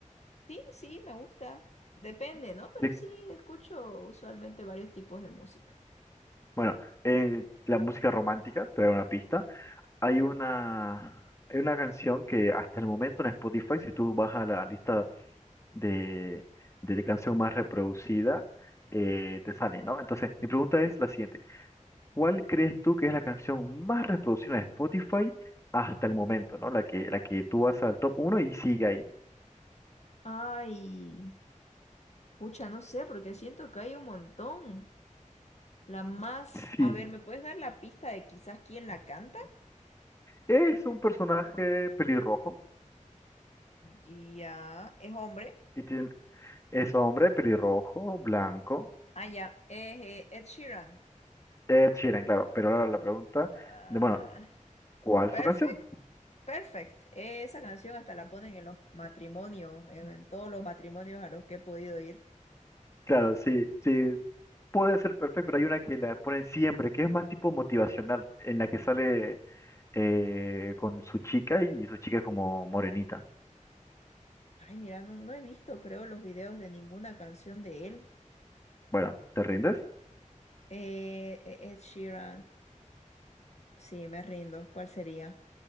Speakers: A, on the left (about 55°); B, on the left (about 20°).
A: Sí, sí, me gusta. Depende, ¿no? Pero
B: De-
A: sí, escucho usualmente varios tipos de música.
B: bueno, eh, la música romántica, te voy a dar una pista. Hay una, hay una canción que hasta el momento en Spotify, si tú vas a la lista de, de canción más reproducida eh, te sale, ¿no? Entonces, mi pregunta es la siguiente. ¿Cuál crees tú que es la canción más reproducida de Spotify hasta el momento, ¿no? La que, la que tú vas al top uno y sigue ahí.
A: Ay, pucha, no sé, porque siento que hay un montón. La más,
B: Sí.
A: a ver, ¿me puedes dar la pista de quizás quién la canta?
B: Es un personaje pelirrojo
A: Ya, es hombre.
B: y tiene, es hombre pelirrojo, blanco.
A: Ah, ya, es eh, Ed Sheeran.
B: Ed Sheeran, claro. Pero ahora la pregunta
A: Ah,
B: de, bueno, ¿cuál
A: Perfect.
B: es su canción?
A: Perfect. Eh, Esa canción hasta la ponen en los matrimonios, en, en todos los matrimonios a los que he podido ir.
B: Claro, sí, sí, puede ser perfecto, pero hay una que la ponen siempre, que es más tipo motivacional, en la que sale eh, con su chica y su chica es como morenita.
A: Ay, mira, no, no he visto, creo, los videos de ninguna canción de él.
B: Bueno, ¿te rindes?
A: Eh, e- Ed Sheeran. Sí, me rindo. ¿Cuál sería?